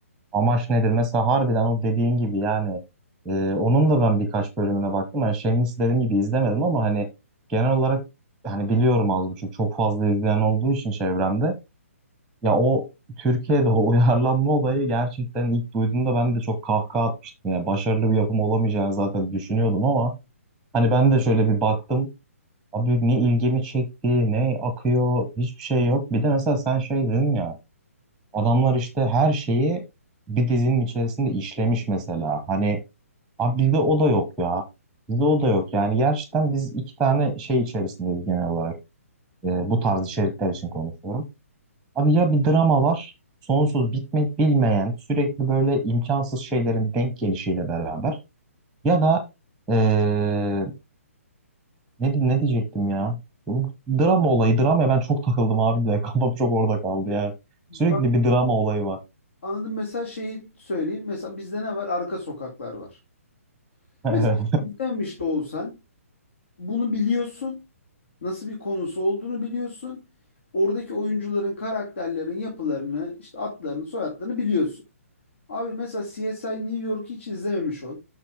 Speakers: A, in the centre; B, on the left.
A: amaç nedir? Mesela harbiden o dediğin gibi yani e, onun da ben birkaç bölümüne baktım. Yani Shameless dediğim gibi izlemedim ama hani genel olarak hani biliyorum az buçuk çok fazla izleyen olduğu için çevremde. Ya o Türkiye'de o <laughs> uyarlanma olayı gerçekten ilk duyduğumda ben de çok kahkaha atmıştım. Yani başarılı bir yapım olamayacağını zaten düşünüyordum ama hani ben de şöyle bir baktım. Abi ne ilgimi çekti, ne akıyor, hiçbir şey yok. Bir de mesela sen şey dedin ya, adamlar işte her şeyi bir dizinin içerisinde işlemiş mesela. Hani abi bizde o da yok ya. Bizde o da yok. Yani gerçekten biz iki tane şey içerisindeyiz genel olarak. Ee, bu tarz içerikler için konuşuyorum. Abi ya bir drama var, sonsuz bitmek bilmeyen, sürekli böyle imkansız şeylerin denk gelişiyle beraber. Ya da ee, Ne, ne diyecektim ya? Bu Drama olayı. Dramaya ben çok takıldım abi de. <laughs> Kafam çok orada kaldı ya.
B: Bak
A: Sürekli bir drama olayı var. <laughs>
B: anladım mesela şeyi söyleyeyim. Mesela bizde ne var? Arka sokaklar var.
A: Evet.
B: Mesela izlemiş de olsan bunu biliyorsun. Nasıl bir konusu olduğunu biliyorsun. Oradaki oyuncuların, karakterlerin yapılarını, işte adlarını, soyadlarını biliyorsun. Abi mesela CSI New York'u hiç izlememiş ol.